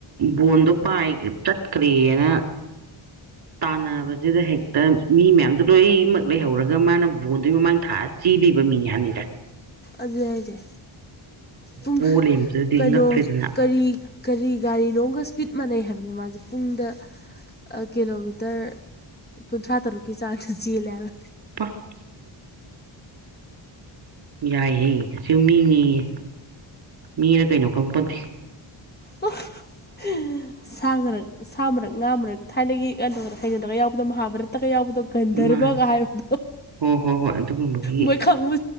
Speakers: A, on the right (about 50°); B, on the left (about 20°).
A: ꯕꯣꯟꯗꯣ ꯄꯥꯏ ꯆꯠꯈ꯭ꯔꯦꯅ ꯇꯥꯅꯕ ꯑꯗꯨꯗ ꯍꯦꯛꯇ ꯃꯤ ꯃꯌꯥꯝꯗꯣ ꯂꯣꯏꯅꯃꯛ ꯂꯩꯍꯧꯔꯒ ꯃꯥꯅ ꯕꯣꯟꯗꯨ ꯃꯃꯥꯡ ꯊꯥꯑ ꯆꯤꯗꯔꯤꯕ ꯃꯤ ꯃꯌꯥꯝꯅꯤꯗ
B: ꯑꯗꯨ ꯍꯥꯏꯁꯦ ꯄꯨꯡ
A: ꯄꯣ ꯂꯩꯔꯝꯕꯗꯨꯗꯗꯤ
B: ꯀꯩꯅꯣ
A: ꯉꯛꯈ꯭ꯔꯦꯗꯅ
B: ꯀꯔꯤ ꯀꯔꯤ ꯒꯥꯔꯤꯅꯣꯒ ꯁ꯭ꯄꯤꯠ ꯃꯥꯟꯅꯩ ꯍꯥꯏꯕꯅꯤ ꯃꯥꯁꯦ ꯄꯨꯡꯗ ꯀꯤꯂꯣꯃꯤꯇꯔ ꯀꯨꯟꯊ꯭ꯔꯥꯇꯔꯨꯛ ꯆꯥꯟꯁꯨ ꯆꯖꯤꯌꯦ ꯂꯦꯕ
A: <unintelligible> ꯌꯥꯏꯍꯦ ꯁꯤꯨꯝ ꯃꯤꯅꯤꯌꯦ ꯃꯤꯅ ꯀꯩꯅꯣ ꯈꯪꯄꯗꯦ
B: <unintelligible> ꯁꯥ ꯉꯔꯛ ꯁꯥ ꯃꯔꯛ ꯉꯥ ꯃꯔꯛ ꯊꯥꯏꯅꯒꯤ ꯀꯩꯅ ꯀꯩꯩꯅꯗꯒ ꯌꯥꯎꯕꯗꯣ ꯃꯍꯥꯚꯥꯔꯠꯇꯒ ꯌꯥꯎꯕꯗꯣ ꯒꯟꯗꯔꯕꯒ
A: ꯃꯥꯅꯦ
B: ꯍꯥꯏꯕꯗꯣ
A: ꯍꯣꯏ ꯍꯣꯏ ꯍꯣꯏ ꯑꯗꯨꯒꯨꯝꯕꯒꯤ
B: ꯃꯣꯏ ꯈꯪꯕ